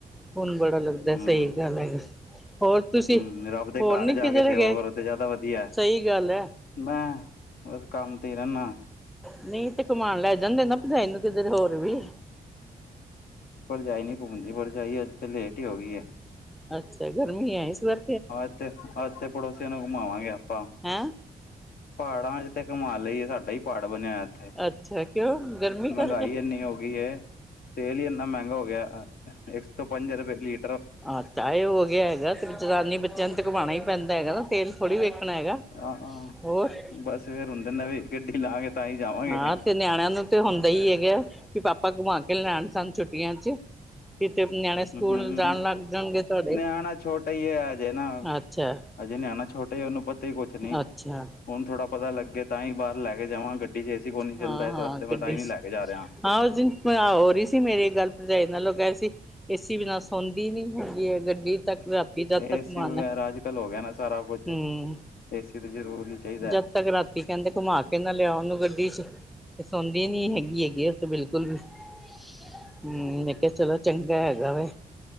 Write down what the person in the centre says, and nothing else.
ਪੁੰਨ ਬੜਾ ਲੱਗਦਾ
ਸਹੀ ਗੱਲ ਹੈਗਾ ਹੋਰ ਤੁਸੀਂ
ਹੋਰ
ਨੀ
ਕਿੱਧਰੇ
ਗਏ।
ਸਹੀ ਗੱਲ ਏ।
ਨਹੀਂ ਤੇ ਕਮਾਨ ਲੈ ਜਾਂਦੇ ਨਾ, ਪਜਾਈ ਨੂੰ ਕਿਧਰੇ ਹੋਰ ਵੀ
ਅੱਛਾ, ਗਰਮੀ ਐ, ਇਸ ਵਾਰ
ਹੈਂ
ਅੱਛਾ ਕਿਉਂ? ਗਰਮੀ ਕਰਕੇ
ਅੱਛਾ, ਇਹ ਹੋ ਗਿਆ ਹੈਗਾ ਤੇ ਜਨਾਨੀ ਬੱਚਿਆਂ ਨੂੰ ਤੇ ਘੁਮਾਉਣਾ ਹੀ ਪੈਂਦਾ ਹੈਗਾ ਨਾ ਤੇਲ ਥੋੜ੍ਹੀ ਵੇਖਣਾ ਹੈਗਾ
ਹੋਰ
ਹਾਂ ਤੇ ਨਿਆਣਿਆਂ ਨੂੰ ਤੇ ਹੁੰਦਾ ਹੀ ਹੈਗਾ ਵੀ, ਪਾਪਾ ਘੁੰਮਾ ਕੇ ਲੈਣ ਸਾਨੂੰ ਛੁੱਟੀਆਂ 'ਚ' ਕਿਤੇ ਨਿਆਣੇ ਸਕੂਲ
ਜਾਣ ਲੱਗ ਜਾਣਗੇ ਤੁਹਾਡੇ
ਅੱਛਾ।
ਅੱਛਾ
ਹਾਂ
ਹਾਂ
ਗੱਡੀ
ਚ
ਹਾਂ ਉਸ ਦਿਨ, ਹੋ ਰਹੀ ਸੀ। ਮੇਰੀ ਗੱਲ ਭਰਜਾਈ ਨਾਲੋਂ ਕਹਿ ਰਹੇ ਸੀ ਏਸੀ ਬਿਨਾਂ ਸੌਦੀ ਨੀ ਹੁੰਦੀ ਹੈ ਗੱਡੀ ਤੱਕ ਰਾ ਜਦ
ਤੱਕ ਮਾਨ
ਹਮ
ਜਦ ਤੱਕ ਰਾਤੀ ਕਹਿੰਦੇ ਘੁੰਮਾ ਕੇ ਨਾ ਲਿਆ ਉਹਨੂੰ ਗੱਡੀ 'ਚ' ਤੇ ਸੌਦੇ ਨੀ ਹੈਗੀ ਹੈਗੇ ਉਹ ਤੇ ਬਿਲਕੁਲ ਵੀ ਹਮ, ਮੈਂ ਕਿਹਾ ਚਲੋ ਚੰਗਾ ਹੈਗਾ ਵੇ।